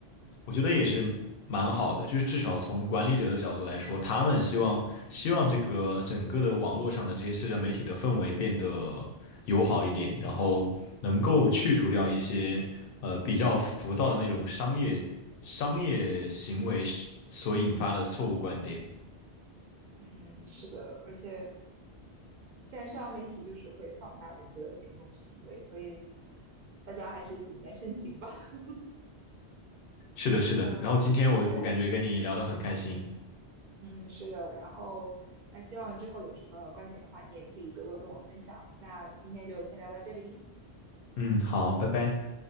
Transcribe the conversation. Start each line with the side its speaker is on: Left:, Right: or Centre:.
Left: 我觉得也是蛮好的，
Right: 嗯
Left: 就是至少从管理者的角度来说，他们希望希望这个整个的网络上的这些社交媒体的氛围变得友好一点，然后能够去除掉一些呃比较浮躁的那种商业商业行为所引发的错误观点。
Right: 嗯，是的，而且。嗯，现在社交媒体就是会放大人的种种行为，所以大家还是谨言慎行吧。<laughs>
Left: 是的，是的。
Right: 嗯，
Left: 然后今天我我感觉跟你聊得很开心。
Right: 对，嗯，是的。然后，那希望之后有什么观点的话，你也可以多多跟我分享。那今天就先聊到这里，
Left: 嗯，好，拜拜。